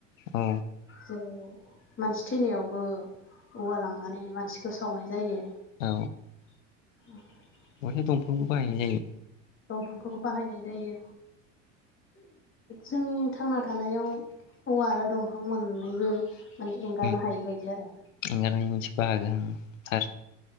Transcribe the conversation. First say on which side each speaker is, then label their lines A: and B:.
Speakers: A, on the left (about 80°); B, on the left (about 30°).
A: औ।
B: जेरै मानसि थैनायावबो औवा लांनानै मानसिखौ सावनाय जायो।
A: औ।
B: <unintelligible>
A: बहाय दंफांखौ
B: बेबायदिनो
A: बाहायनाय
B: दंफांखौबो बाहायनाय जायो। जोंनि थांना थानायाव औवा आरो दंफां मोन नैबो माने एंगारनो
A: उम
B: हायै बायदि आरो।
A: एंगारनाय मोनसे बाहागो थार